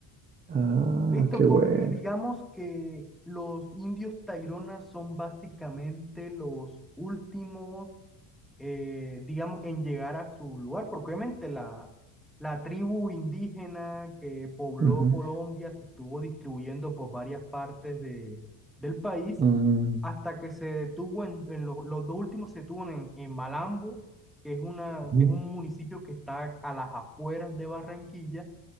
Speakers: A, on the right; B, in the centre.
A: Ah,
B: Listo,
A: qué bueno.
B: porque digamos que los indios Taironas son básicamente los últimos, eh, digamos, en llegar a su lugar, porque obviamente la, la tribu indígena que pobló
A: Ujú.
B: Colombia se estuvo distribuyendo por varias partes de, del país
A: Mm,
B: hasta que se detuvo en, en lo- los dos últimos se detuvo en, en Malambo, que es una,
A: ujú,
B: que es un municipio que está a las afueras de Barranquilla,